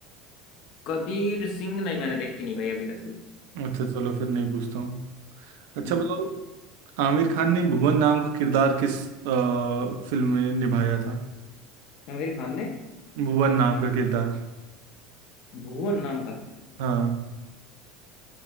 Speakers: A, on the left; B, on the right.
A: कबीर सिंह नहीं मैंने देखी नहीं भाई अभी तक
B: अच्छा चलो फिर नहीं पूछता हूँ अच्छा
A: हम्म
B: बताओ आमिर खान ने भुवन नाम का किरदार किस आ, फिल्म में निभाया था
A: आमिर खान ने
B: भुवन नाम का किरदार
A: भुवन नाम का
B: हाँ